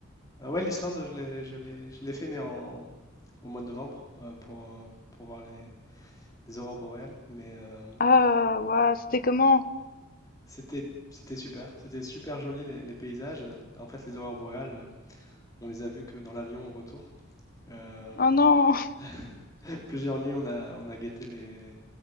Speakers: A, on the left (about 15°); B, on the left (about 45°).
A: Euh, ouais, l'Islande, je l'ai, je l'ai, je l'ai fait, mais en, au mois de novembre euh, pour, euh, pour voir les, les aurores boréales. Mais euh,
B: Ah, waouh, c'était
A: en-
B: comment?
A: c'était, c'était super. C'était super joli les, les paysages. En fait, les aurores boréales, euh, on les a vues que dans l'avion au retour. Euh,
B: Oh non,
A: <laughs> Plusieurs nuits, on a, on a guetté les, les,